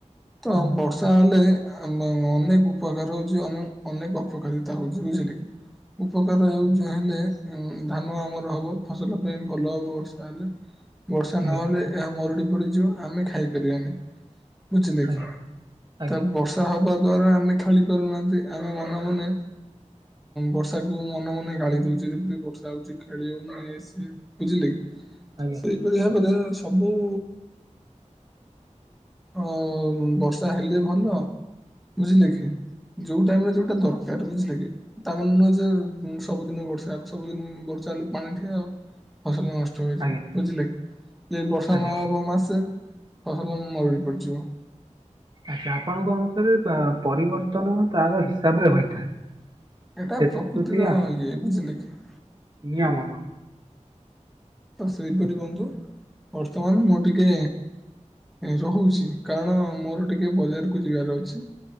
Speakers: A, in the centre; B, on the right (about 35°).
A: ତ
B: ଆଜ୍ଞା
A: ବ। ତାହେଲେ ଅନେକ ଉପକାର ହଉଛି ଅନ ଅନେକ ଅପକାରିତା ହଉଛି ବୁଝିଲେ କି। ଉପକାର ହେଉ
B: ଆଜ୍ଞା
A: ଯାହେଲେ ଧାନ ଆମର ହବ ଫସଲ ପାଇଁ ଭଲ ହେବ ବର୍ଷା ହେଲେ। ବର୍ଷା ନହେଲେ
B: ଆଜ୍ଞା
A: ଏହା ମରୁଡି ପଡିଯିବ ଆମେ ଖାଇପାରିବାନି। ବୁଝିଲେ
B: ଆଜ୍ଞା।
A: କି
B: ଆଜ୍ଞା
A: ତା ବର୍ଷା ହବା ଦ୍ଵାରା ଆମେ ଖେଳି ପାରୁନାହାନ୍ତି ଆମେ ମନେ ମନେ। ବର୍ଷାକୁୁ ମନେ ମନେ ଗାଳି ଦଉଛି ଯେବେ ବର୍ଷା ହଉଛି ଖେଳି ହଉନି ଏଇ ସିଏ। ବୁଝିଲେ କି ତ
B: ଆଜ୍ଞା
A: ସେଇପରି ଭାବରେ ସବୁ। ହ ବର୍ଷା ହେଲେ ଭଲ। ବୁଝିଲେ କି ଯୋଉ ଟାଇମରେ ଯୋଉଟା ଦରକାର ବୁଝିଲେ କି ତାମାନେ ନୁହଁ ଯେ। ସବୁଦିନ ବର୍ଷା ହବ ସବୁଦିନ ବର୍ଷା ହେଲେ ପାଣି ଠିଆ ହବ ଫସଲ ନଷ୍ଟ।
B: ଆଜ୍ଞା
A: ବୁଝିଲେ ଯେ ବର୍ଷା
B: ଆଜ୍ଞା
A: ନହବ ମାସେ ଫସଲ ମରୁଡ଼ି ପଡିଯିବ।
B: ଆଚ୍ଛା ଆପଣଙ୍କ ଅନୁସାରେ ପରିବର୍ତ୍ତନ ତାର ହିସାବ ରେ ହୋଇଥାଏ।
A: ଏଇଟା
B: ସେଥିପ୍ରତି
A: ପ୍ରକୃତିର ଇଏ ବୁଝିଲେ କି।
B: ନିୟମାବନ।
A: ତ ସେଇପରି ବନ୍ଧୁ ବର୍ତ୍ତମାନ ମୁଁ ଟିକେ। ରହୁଛି କାରଣ ମୋର ଟିକେ ବଜାରକୁ ଯିବାର ଅଛି।